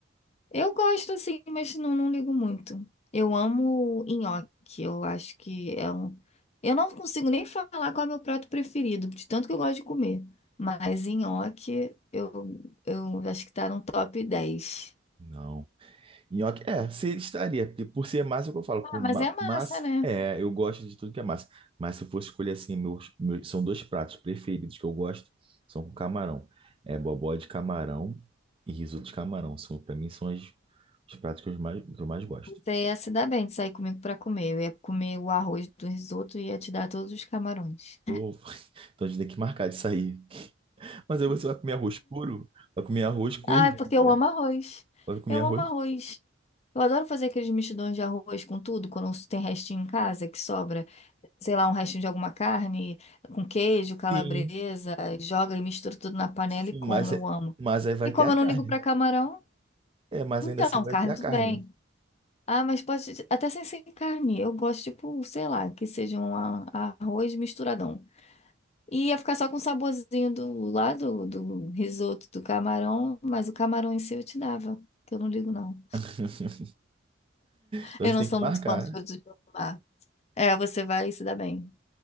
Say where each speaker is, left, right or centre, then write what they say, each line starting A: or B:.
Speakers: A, on the left; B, on the right.
A: Eu gosto, assim, mas não, não ligo muito. Eu amo nhoque, eu acho que é um. Eu não consigo nem falar qual é o meu prato preferido, de tanto que eu gosto de comer. Mas nhoque, eu, eu acho que tá no top dez
B: Não. Nhoque, é, se- estaria, porque por ser massa, é o que eu falo,
A: Ah,
B: com
A: mas
B: ma-
A: é massa,
B: massa,
A: né?
B: é, eu gosto de tudo que é massa. Mas se eu fosse escolher assim, meus, meus- são dois pratos preferidos que eu gosto, são com camarão. É bobó de camarão e risoto de camarão. São, para mim, são os os pratos que eu mais, que eu mais gosto.
A: Você ia se dar bem de sair comigo pra comer. Eu ia comer o arroz do risoto e ia te dar todos os camarões.
B: Pô, <laughs> então a gente tem que marcar de sair. Mas aí você vai comer arroz puro? Vai comer arroz com
A: Ai,
B: ervilha.
A: porque eu amo arroz.
B: Vai comer
A: Eu
B: arroz?
A: amo arroz. Eu adoro fazer aqueles mexidões de arroz com tudo, quando tem restinho em casa que sobra, sei lá, um restinho de alguma carne, com queijo, calabresa,
B: Sim,
A: joga e mistura tudo na panela
B: sim,
A: e como,
B: mas,
A: eu
B: é-
A: amo.
B: mas aí vai
A: E como
B: ter a
A: eu
B: carne.
A: não ligo pra camarão,
B: É, mas
A: então,
B: ainda assim vai
A: carne
B: ter a
A: tudo
B: carne.
A: bem. Ah, mas pode, até sem, sem carne, eu gosto, tipo, sei lá, que seja um a- arroz misturadão E ia ficar só com o saborzinho do lá do, do risoto do camarão, mas o camarão em si eu te dava, que eu não ligo não.
B: <laughs> Então
A: Eu
B: a gente
A: não
B: tem
A: sou
B: que marcar.
A: muito fã dos produtos do mar. É, você vai se dar bem.